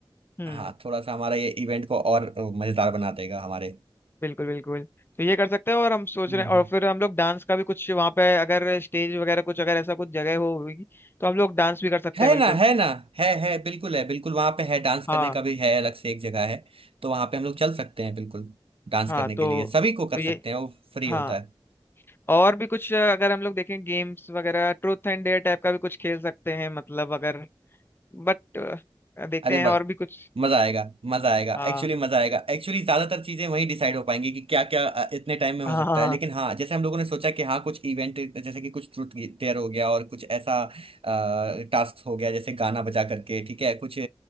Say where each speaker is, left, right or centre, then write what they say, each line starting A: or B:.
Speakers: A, on the left; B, on the right.
A: हम्म
B: हाँ थोड़ा सा हमारा ये इवेंट को और अ, मजेदार बना देगा हमारे
A: बिल्कुल बिल्कुल तो ये कर सकते हैं और हम सोच
B: हम्म
A: रहे हैं और फिर हम लोग डांस का भी कुछ वहाँ पे अगर स्टेज वगैरह कुछ अगर ऐसा कुछ जगह हो होगी तो हम लोग डांस भी कर सकते
B: है
A: हैं बिल्कुल
B: ना है ना है है बिल्कुल है बिल्कुल वहां पे है डांस
A: हाँ
B: करने का भी है अलग से एक जगह है तो वहां पे हम लोग चल सकते हैं बिल्कुल डांस
A: हाँ
B: करने
A: तो
B: के लिए सभी को
A: तो
B: कर
A: ये
B: सकते हैं वो फ्री
A: हाँ
B: होता है
A: और भी कुछ अ, अगर हम लोग देखें गेम्स वगैरह ट्रूथ एंड डेयर टाइप का भी कुछ खेल सकते हैं मतलब अगर बट देखते
B: अरे
A: हैं
B: बड़
A: और भी कुछ
B: मजा आएगा मजा आएगा
A: हाँ
B: एक्चुअली मजा आएगा एक्चुअली ज्यादातर चीजें वहीं डिसाइड हो पाएंगी कि क्या क्या इतने टाइम में
A: हाँ
B: हो सकता है लेकिन हाँ जैसे हम लोगों ने सोचा कि हाँ कुछ इवेंट जैसे कि कुछ ट्रूथ टेयर हो गया और कुछ ऐसा टास्क हो गया जैसे गाना बजा करके ठीक है कुछ अ,